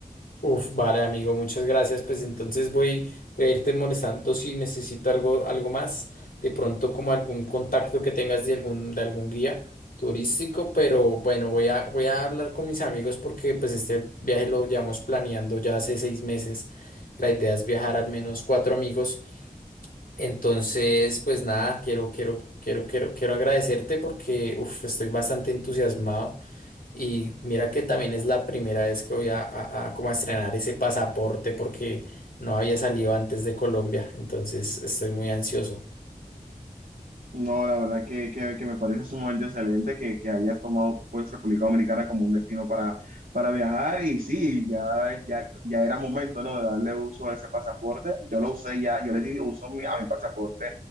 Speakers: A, on the left; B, on the right.
A: Uf, vale, amigo, muchas gracias. Pues entonces voy, voy a irte molestando si necesito algo, algo más. De pronto, como algún contacto que tengas de algún, de algún guía turístico, pero bueno, voy a, voy a hablar con mis amigos porque pues este viaje lo llevamos planeando ya hace seis meses. La idea es viajar al menos cuatro amigos. Entonces, pues nada, quiero, quiero, quiero, quiero, quiero agradecerte porque uf, estoy bastante entusiasmado. Y mira que también es la primera vez que voy a, a- a como a estrenar ese pasaporte porque no había salido antes de Colombia, entonces estoy muy ansioso.
B: No, la verdad que, que, que me parece sumamente excelente que, que hayas tomado pues República Dominicana como un destino para, para viajar y sí, ya, ya, ya era momento, ¿no? De darle uso a ese pasaporte. Yo lo usé ya, yo le di uso a mi, a mi pasaporte